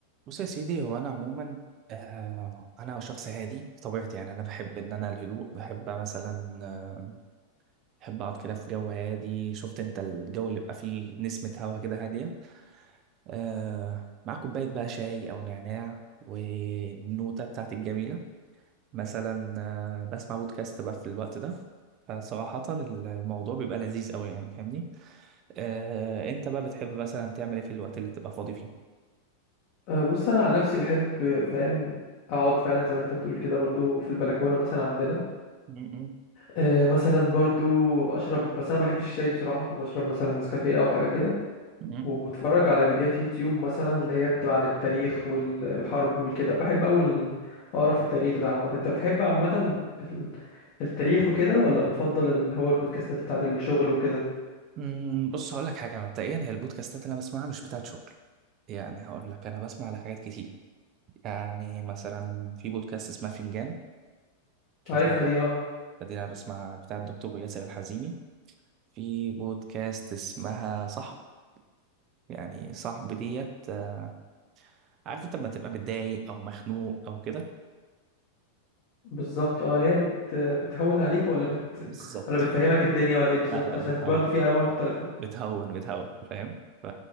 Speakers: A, on the right; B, on the left.
A: بص يا سيدي هو انا عموما آه انا شخص هادي طبيعتي يعني انا بحب ان انا الهدوء بحب مثلا آه، بحب اقعد كده في جو هادي شفت انت الجو اللي بيبقى فيه نسمة هوا كده هادية آه مع كوباية بقى شاي او نعناع والنوتة بتاعتي الجميلة مثلا آه بسمع بودكاست بقى في الوقت ده فصراحة الموضوع بيبقى لذيذ قوي يعني فاهمني آه انت بقى بتحب مثلا تعمل ايه في الوقت اللي تبقى فاضي فيه
B: أه، بص انا عن نفسي بحب أه، فاهم اقعد فعلا زي ما انت بتقول كده برضو في البلكونه مثلا عندنا
A: م- م-
B: أه مثلا برضو اشرب بس انا ما بحبش الشاي بصراحه فبشرب مثلا نسكافيه او حاجه كده
A: م-
B: وبتفرج على فيديوهات يوتيوب مثلا اللي هي بتبقى عن التاريخ وال- والحرب والكده بحب اول اقرا في التاريخ ده عامه انت بتحب عامه ال- التاريخ وكده ولا بتفضل اللي هو البودكاستات بتاعت الشغل وكده
A: مم، بص هقول لك حاجه مبدئيا هي البودكاستات اللي انا بسمعها مش بتاعت شغل يعني هقول لك انا بسمع على حاجات كتير يعني مثلا في بودكاست اسمها فنجان
B: عارفها
A: مش-
B: دي اه
A: ده دي انا بسمع بتاع الدكتور ياسر الحزيمي في بودكاست اسمها صاحب يعني صاحب ديت آه، عارف انت لما تبقى متضايق او مخنوق او كده
B: بالظبط اه اللي هي بت... بتهون عليك ولا بت...
A: بالظبط
B: ولا بتفهمك الدنيا ولا ايه بالظبط
A: لا لا
B: عشان
A: بتهون
B: برضو في انواع مختلفه
A: بتهون بتهون فاهم ف